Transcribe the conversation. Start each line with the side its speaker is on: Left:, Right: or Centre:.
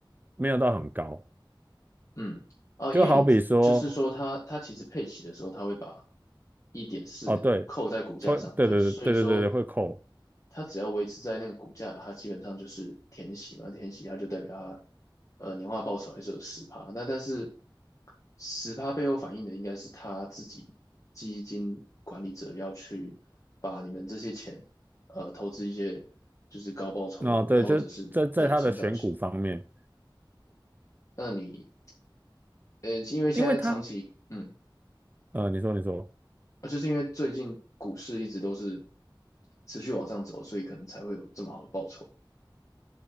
Right: 没有到很高，
Left: 嗯，啊，
Right: 就好比说，
Left: 因为你就是说它它其实配齐的时候，它会把一点四扣在股价上，
Right: 哦，对，会，对对对对对对对，
Left: 对，所以说
Right: 会扣。
Left: 它只要维持在那个股价，它基本上就是填息嘛，填息它就代表它呃年化报酬还是有十趴。那但是十趴背后反映的应该是他自己基金管理者要去把你们这些钱呃投资一些就是高报酬的股票或者是对成长型。
Right: 哦，对，就在在它的选股方面，
Left: 那你呃因为现在长期嗯。
Right: 因为他，呃，你说，你说，
Left: 啊，就是因为最近股市一直都是持续往上走，所以可能才会有这么好的报酬。